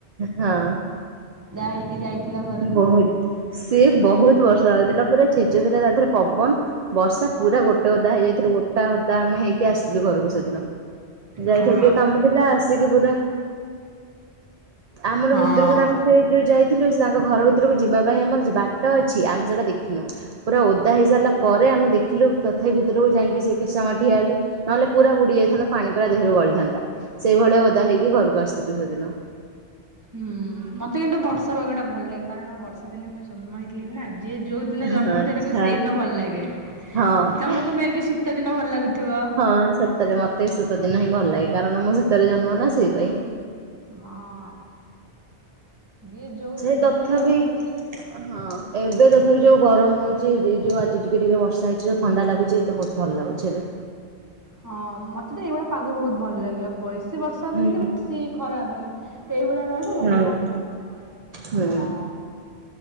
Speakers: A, on the right (about 45°); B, on the right (about 15°).
A: ହଁ
B: ହେଇକି ଯାଇଥିଲ ଘରକୁ।
A: ବହୁତ ସେ ବହୁତ ବର୍ଷା ହଉଥିଲା ପୁରା ଛେଚୁ ଥିଲା ତା ଦେହରେ ପବନ ବର୍ଷା ପୁରା ଗୋଟା ଅଦା ହେଇଯାଇଥିଲୁ ଗୋଟା ଓଦା ଆମେ ହେଇକି ଆସିଥିଲୁ ଘରକୁ ସେଦିନ ଯାଇଥିଲି
B: ହଁ
A: ଟିକେ କାମ ଥିଲା। ସିଜୁ ବୁଦା ଆମର
B: ହଁ।
A: ଭିତରକୁ ତାଙ୍କ ସେ ଯୋ ଯାଇ ଥିଲୁ ସେ ତାଙ୍କ ଘର ଭିତରକୁ ଯିବା ପାଇଁ ଆମର ବାଟ ଅଛି ଆମେ ସେଟା ଦେଖିନୁ ପୁରା ଓଦା ହେଇସାରିଲା ପରେ ଆମେ ଦେଖିଲୁ ତଥାପି ଭିତରକୁ ଯାଇକି ସେ କିଛି ସମୟ ଠିଆହେଲୁ ନହେଲେ ପୁରା ବୁଡି ଯାଇଥାନ୍ତୁ ପାଣି ପୁରା ଦେହରୁ ଗଳିଥାନ୍ତା ସେଇଭଳିଆ ଓଦା ହେଇକି ଘରକୁ ଆସିଥିଲୁ ସେଦିନ
B: ହୁଁ ମତେ ତ କିନ୍ତୁ ବର୍ଷ ସବୁ ଆଗଟା ଭଲ ଲାଗେ କାରଣ ବର୍ଷା ଦିନେ ମୁଁ ଜନ୍ମ ହୋଇଥିଲି ନା ଆ। ଯିଏ ଯୋଉ ଦିନ
A: ହଁ
B: ଜନ୍ମହେଇଥାଏ
A: ଆଚ୍ଛା।
B: ତାକୁ ସେଇଦିନ ଭଲ ଲାଗେ
A: ହଁ
B: ତମକୁ ମେ ବି ଶୀତ ଦିନ ଭଲ ଲାଗୁଥିବ।
A: ହଁ ସତରେ ମତେ ବି ଶୀତ ଦିନ ହିଁ ଭଲ ଲାଗେ କାରଣ ମୁଁ ଶୀତରେ ଜନ୍ମ ନା ସେଇ ପାଇଁ।
B: ହଁ। ଯିଏ ଯୋଉ
A: ସେ
B: ସିଜିନରେ
A: ତଥାପି
B: ଜନ୍ମ ହେଇଛି
A: ହଁ ଏବେ ଯୋଉ ତଥାପି ଯୋଉ ଗରମ ହଉଚି ଏଇ ଯୋଉ ଆଜି ଟିକେ ଟିକେ ବର୍ଷା ହେଇଛି ଯେ ଥଣ୍ଡା ଲାଗୁଚି ତ ବହୁତ ଭଲ ଲାଗୁଛି ଏବେ।
B: ହଁ ମତେ ତ ଏଇଭଳିଆ ପାଗ ବହୁତ ଭଲ ଲାଗେ ଆଉ ବୟସ ବେଶୀ ବର୍ଷା ହବନି
A: ହୁଁ
B: କି ବେଶୀ ଖରା ହବନି ଏଇଭଳିଆ ରହିବ ଭଲ
A: ହଁ।
B: ଲାଗିବ
A: ହୁଁ
B: ହଁ